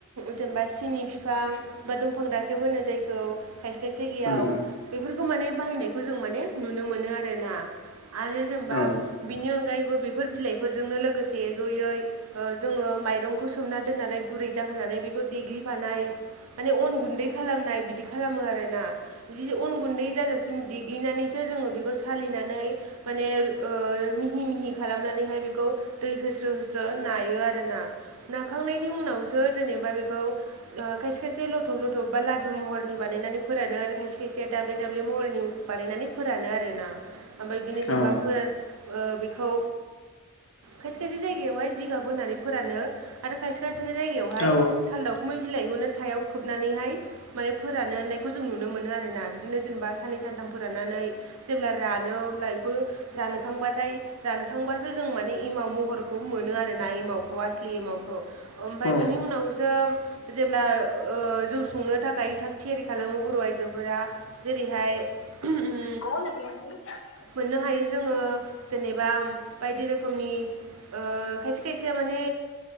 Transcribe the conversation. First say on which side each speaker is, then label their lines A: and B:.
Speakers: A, on the right; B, on the left.
A: जेनेबा सिनि बिफां बा दंफां दाखेबोनो जायखौ खायसे खायसे गेयाव
B: उम
A: बेफोरखौ माने बाहायनायखौ ज जों माने नुनो मोनो आरोना आरो जेनेबा
B: औ
A: बिनि अनगायैबो बेफोर बिलाइफोरजोंनो लोगोसे जयै ओ जोङो माइरंखौ सोमना दोननानै गुरै जाहोनानै बेखौ देग्लिफानाय माने अन गुन्दै खालामनाय बिदि खालामो आरोना बिदि अन गुन्दै जाजासिम देग्लिनानैसो जोङो बेखौ सालिनानै माने ओ मिहि मिहि खालामनानैहाय बेखौ दै होस्रो होस्रो नायो आर ना नाखांनायनि उनावसो जेनेबा बेखौ ओ खायसे खायसे लथब लथब बा लादु महरनि बानायनानै फोरानो आरो खायसे खायसेया दाब्ले दाब्ले महरनि बानायनानै फोरानो आरोना ओमफ्राय बिदिनो जेनेबा
B: औ
A: फोर बेखौ खायसे खायसे जायगायावहाय जिगाब होनानै फोरानो आरो खायसे खायसे जायगायावहाय
B: औ
A: साल दावखुमै बिलाइखौनो सायाव खोबनानैहाय माने फोरान होननायखौ जों नुनो मोनो आरोना बिदिनो जेनेबा साननै सानथाम फोराननानै जेब्ला रानो अब्ला <unintelligible> रानखांबाथाय रानखांबासो जों माने एमाव महरखौ मोनो आरो नाय एमावखौ आसलि एमावखौ ओमफाय
B: औ
A: बिनि उनावसो जेब्ला ओ जौ संनो थाखाय थाग थियारि खालामो बर' आइजोफोरा जेरैहाय <unintelligible>
B: खनोख <unintelligible>
A: मोननो हायो जोङो जेनेबा बायदि रोखोमनि ओ खायसे खायसेया माने